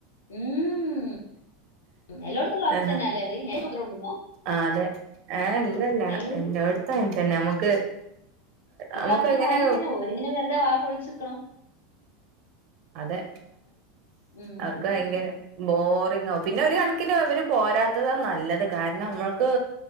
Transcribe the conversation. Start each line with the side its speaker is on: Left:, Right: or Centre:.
Left: ഉം എല്ലായിടത്തുള്ള അവസ്ഥ
Right: ആ
Left: തന്നെ അല്ലേ അത് ഞാൻ മാത്രമേ ഉള്ളൂ
Right: ആ അതെ ഏ അല്ലല്ല
Left: ഏത്?
Right: എ <inaudible> തന്നെ നമുക്ക്
Left: ഇ
Right: നമുക്ക്
Left: പറഞ്ഞ
Right: അങ്ങനെ
Left: കാര്യം തന്നെ ഓരിങ്ങനെ വെറുതെ വാ പോളിചിക്കണം.
Right: അതെ
Left: ഉം
Right: അവർക്ക് ഭയങ്കര
Left: ഉം
Right: ബോറിങ് ആകും പിന്നെ ഒരു <inaudible> <unintelligible> അവര് പോരാത്തതാ നല്ലത് കാരണം നമ്മക്ക്